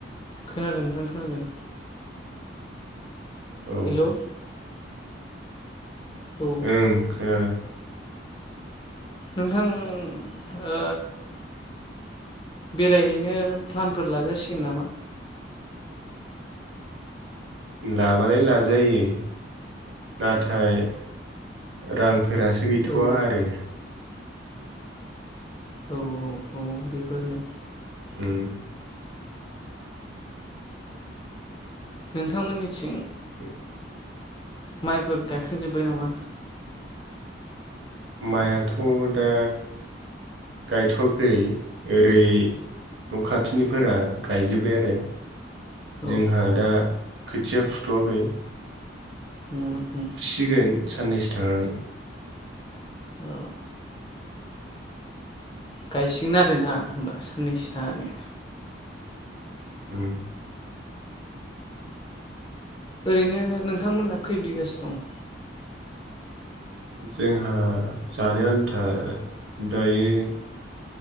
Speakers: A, on the left; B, on the right.
A: खोनादों नोंथां खोनादों।
B: औ।
A: हेलौ औ
B: ओं खोनादों।
A: नोंथां अ बेरायहैनो प्लानफोर लाजासिगोन नामा।
B: लाबालाय लाजायो नाथाय रांफोरासो गैथ'वा
A: औ
B: आरो।
A: औ औ औ बेफोरनो
B: उम।
A: नोंथांमोननि थिं
B: ए।
A: माइफोर गायखांजोब्बाय नामा।
B: माइआथ' दा गायथ'वाखै ओरै न' खाथिनिफोरा गायजोब्बाय आरो
A: औ
B: जोंहा
A: औ
B: दा खोथिया फुथ'वाखै
A: उम उम
B: सिगोन। साननैसो थानानै।
A: अ गायसिगोन आरोना होनोमबा। साननैसोथानानै।
B: ओम
A: ओरैनो नोंथांमोनहा खै बिगासो दं।
B: जोंहा जानो आन्था दायो